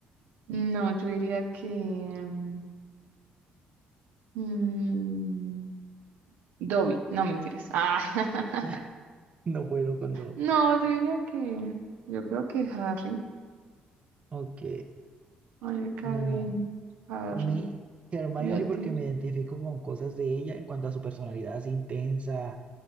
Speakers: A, on the right; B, on the right.
A: No, yo diría que... mm, mm, Dobby, no mentiras. Ah, <laughs>
B: <laughs> No puedo con Dobby.
A: no, yo diría que... Yo creo que Harry.
B: Ok,
A: A mí me cae
B: no.
A: bien Harry.
B: A mí, Hermione,
A: ¿Y a ti?
B: porque me identifico con cosas de ella en cuanto a su personalidad es intensa,